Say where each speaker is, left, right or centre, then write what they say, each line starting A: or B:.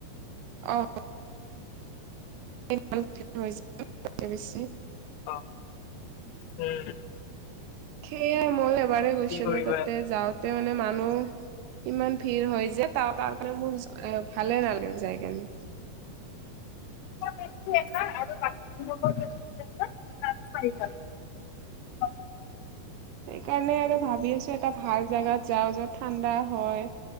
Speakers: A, on the right; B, on the left.
A: অ'। ইমান ভিৰ হৈছে, তাতে বেছি।
B: অ উম।
A: সেয়াই মই এবাৰেই গৈছিলোঁ
B: কি কৰিবা
A: তাতে যাওঁতে মানে মানুহ ইমান ভিৰ হয় যে ত' তাৰ কাৰণে মোৰ ভালে নালাগে যায়কেনে।
B: <unintelligible> এটা আৰু বাকীবোৰ <unintelligible>
A: সেইকাৰণে আৰু ভাবি আছোঁ। এটা ভাল জোগাত যাওঁ য'ত ঠাণ্ডা হয়,